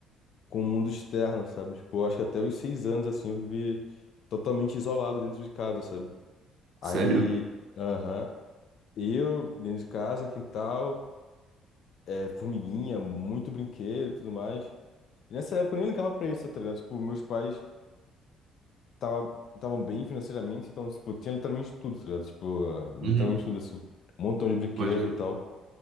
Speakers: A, on the left; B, on the right.
A: com o mundo externo, sabe? Tipo, eu acho que até os seis anos, assim, eu vivi totalmente isolado dentro de casa, sabe? Aí,
B: Sério?
A: aham, eu dentro de casa, quintal, é, formiguinha, muito brinquedo e tudo mais. E nessa época eu nem ligava pra isso, tá ligado? Tipo, meus pais tava, estavam bem financeiramente, então, tipo, eu tinha literalmente tudo, tá ligado? Tipo, ah, literalmente
B: Uhum.
A: tudo, assim. Um montão de brinquedo
B: Pode crer.
A: e tal.